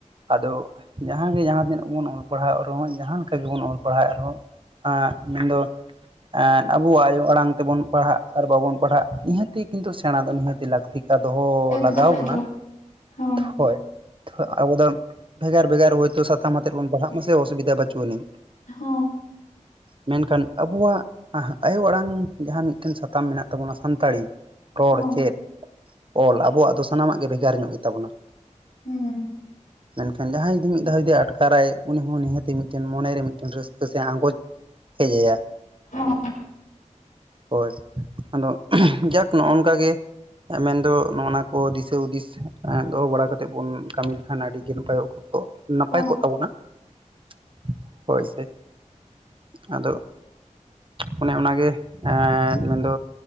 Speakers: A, on the right (about 40°); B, on the left (about 90°).
A: ᱟᱫᱚ ᱡᱟᱦᱟᱸ ᱜᱮ ᱡᱟᱦᱟᱸ ᱛᱤᱱᱟᱹᱜ ᱵᱚᱱ ᱚᱞ ᱯᱟᱲᱦᱟᱣ ᱮᱫ ᱨᱮᱦᱚᱸ ᱡᱟᱦᱟᱸ ᱞᱮᱠᱟ ᱜᱮᱵᱚᱱ ᱚᱞ ᱯᱟᱲᱦᱟᱣᱮᱫ ᱨᱮᱦᱚᱸ ᱮᱸᱫ ᱢᱮᱱᱫᱚ ᱮᱸᱫ ᱟᱵᱚᱣᱟᱜ ᱟᱭᱳ ᱟᱲᱟᱝ ᱛᱮᱵᱚᱱ ᱯᱟᱲᱦᱟᱜ ᱟᱨ ᱵᱟᱵᱚᱱ ᱯᱟᱲᱦᱟᱜ ᱱᱤᱦᱟᱹᱛᱤ ᱠᱤᱱᱛᱩ ᱥᱮᱬᱟ ᱫᱚ ᱱᱤᱦᱟᱹᱛᱤ ᱞᱟᱹᱠᱛᱤ ᱫᱚᱦᱚ
B: ᱮᱠᱫᱚᱢ
A: ᱞᱟᱜᱟᱣ
B: ᱮᱠᱫᱚᱢ
A: ᱵᱚᱱᱟ
B: ᱦᱚᱸ
A: ᱦᱳᱭ ᱾ ᱟᱵᱚ ᱫᱚ ᱵᱷᱮᱜᱟᱨ ᱵᱷᱮᱜᱟᱨ ᱦᱩᱭ ᱛᱚ ᱥᱟᱛᱟᱢ ᱟᱛᱮᱫ ᱵᱚᱱ ᱯᱟᱲᱦᱟᱜ ᱢᱟᱥᱮ ᱚᱥᱩᱵᱤᱫᱷᱟ ᱵᱟᱹᱪᱩᱜ ᱟᱹᱱᱤᱡ ᱾
B: ᱦᱚᱸ
A: ᱢᱮᱱᱠᱷᱟᱱ ᱟᱵᱚᱣᱟᱜ ᱟᱸᱦᱟᱜ ᱟᱭᱳ ᱟᱲᱟᱝ ᱡᱟᱦᱟᱸ ᱢᱤᱫᱴᱮᱱ ᱥᱟᱛᱟᱢ ᱢᱮᱱᱟᱜ ᱛᱟᱵᱚᱱᱟ ᱥᱟᱱᱛᱟᱲᱤ ᱨᱚᱲ
B: ᱦᱚᱸ
A: ᱪᱮᱫ ᱚᱞ ᱟᱵᱚᱣᱟᱜ ᱫᱚ ᱥᱟᱱᱟᱢᱟᱜ ᱜᱮ ᱵᱷᱮᱜᱟᱨ ᱧᱚᱜ ᱜᱮᱛᱟᱵᱚᱱᱟ ᱾
B: ᱦᱩᱸ ᱾
A: ᱢᱮᱱᱠᱷᱟᱱ ᱡᱟᱦᱟᱸᱭ ᱡᱩᱫᱤ ᱢᱤᱫ ᱫᱷᱟᱣ ᱡᱩᱫᱤ ᱟᱴᱠᱟᱨᱟᱭ ᱩᱱᱤ ᱦᱚᱸ ᱱᱤᱦᱟᱹᱛᱤ ᱢᱤᱫᱮᱱ ᱢᱚᱱᱮᱨᱮ ᱢᱤᱫᱴᱮᱱ ᱨᱟᱹᱥᱠᱟᱹ ᱥᱮ ᱟᱸᱜᱚᱪ ᱦᱮᱡ ᱟᱭᱟ ᱾
B: ᱦᱚᱸ
A: ᱦᱳᱭ ᱟᱫᱚ ᱡᱟᱠ ᱱᱚᱜᱼᱚ ᱱᱚᱝᱠᱟ ᱜᱮ ᱢᱮᱱᱫᱚ ᱱᱚᱜᱼ ᱱᱟ ᱠᱚ ᱫᱤᱥᱟᱹ ᱦᱩᱫᱤᱥ ᱮᱸ ᱫᱚᱦᱚ ᱵᱟᱲᱟ ᱠᱟᱛᱮᱫ ᱵᱚᱱ ᱠᱟᱹᱢᱤ ᱞᱮᱠᱷᱟᱱ ᱟᱹᱰᱤ ᱜᱮ ᱱᱟᱯᱟᱭᱚᱜ ᱠᱚᱜ, ᱱᱟᱯᱟᱭ
B: ᱦᱚᱸ
A: ᱠᱚᱜ ᱛᱟᱵᱚᱱᱟ ᱾ ᱦᱳᱭ ᱥᱮ ᱟᱫᱚ ᱚᱱᱮ ᱚᱱᱟᱜᱮ ᱮᱸᱫ ᱢᱮᱱᱫᱚ